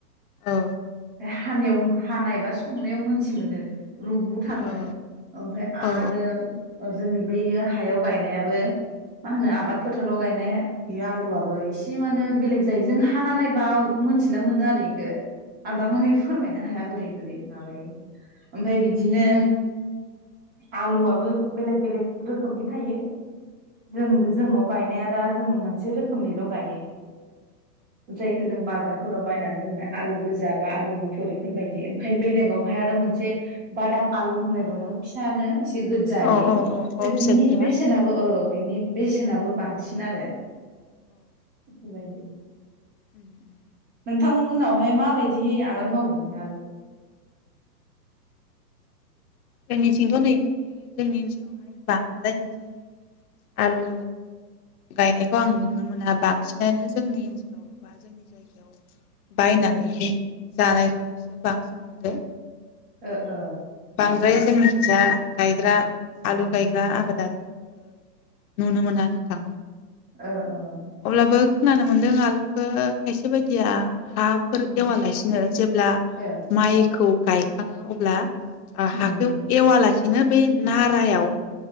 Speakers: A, on the left; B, on the right.
A: औ
B: बे हानायाव हानाय बा संनायाव मोनथिमोनो। रुबु थाङो
A: औ
B: ओमफ्राय आरो
A: औ
B: जोंनि बैयो हायाव गायनायाबो मा होनो आबाद फोथाराव गायनायहा बे आलुआबो इस बि मानो बेलेग जायो जों हा खाना नायबा मोन्थिना मोनो आरो इखो आं दामारै फोरमायनो हाय बोरै बोरै माबायो। ओमफाय बिदिनो आलुआबो बेलेग बेलेग रोखोमनि थायो जों जोंनाव गायनाया दा जोङो मोनसे रोखोमनिल' गायो। जायखौ जों बाजार फोराव बायनानै मोनो आलु गोजा बा आलु गुफुर बेबादि ओमफाय बेलेगावहाय आरो मोनसे बादाम आलु होननाय दङ फिसानो गोजायै
A: औ औ औ फिसा
B: बिनि
A: फिसाया
B: बेसेनाबो ओ बेनि बेसेनाबो बांसिन आरो। बेबायदि।
A: उम उम।
B: नोंथांमोननावहाय माबायदिहै आबाद मावो ओमफ्राय?
A: जोंनिथिंथ' नैखि जोंनि ओनसोलावहाय बांद्राय बिदि आलु गायनायखौ आं नुनो मोना बांसिनानो जोंनि ओनसोलाव बा जोंनि जायगायाव बायनानै
B: औ ओ
A: जानायखौसो बांसिन नुदो।
B: ओ ओ।
A: बांद्राय जोंनि खिजा गायग्रा आलु गायग्रा आबादारिफोरखो नुनो मोना नोंथां
B: ओ ओ
A: अब्लाबो खोनानो मोन्दों आलुखौ खायसे बायदिया हाफोर
B: उम
A: एवालासिनो जेब्ला
B: ओ
A: माइखौ गायखाङो अब्ला आ हाखौ
B: उम
A: एवालासि बिदिनो बै नारायाव